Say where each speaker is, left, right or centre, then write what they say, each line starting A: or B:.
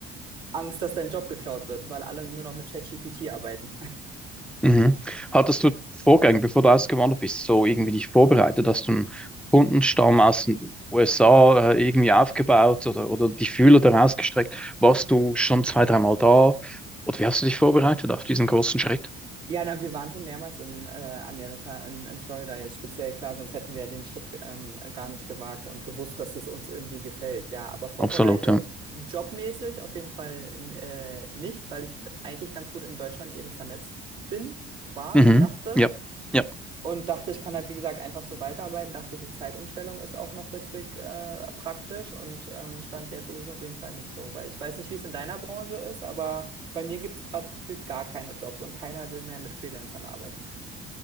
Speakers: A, on the right (about 75°); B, in the centre.
A: Angst, dass dein Job geklaut wird, weil alle nur noch mit ChatGPT arbeiten.
B: mhm. Hattest du Vorgänge, bevor du ausgewandert bist, so irgendwie dich vorbereitet? Hast du einen Kundenstamm aus den USA äh, irgendwie aufgebaut oder, oder die Fühler daraus gestreckt? Warst du schon zwei, dreimal da? Oder wie hast du dich vorbereitet auf diesen großen Schritt?
A: Ja, na, wir waren schon mehrmals in äh, Amerika, in, in Florida jetzt speziell, klar, sonst hätten wir den Schritt ähm, gar nicht gewagt und gewusst, dass es uns irgendwie gefällt. Ja, aber vorbereitet,
B: Absolut, ja.
A: jobmäßig auf jeden Fall in, äh, nicht, weil ich eigentlich ganz gut in Deutschland eben vernetzt bin, war,
B: Mhm.
A: dachte.
B: Ja, ja.
A: Und dachte, ich kann halt, wie gesagt, einfach so weiterarbeiten. Dachte, die Zeitumstellung ist auch noch richtig äh, praktisch. Und ähm, Stand jetzt ist es auf jeden Fall nicht so, weil ich weiß nicht, wie es in deiner Branche ist, aber bei mir gibt es gerade gefühlt gar keine Jobs und keiner will mehr mit Freelancern arbeiten.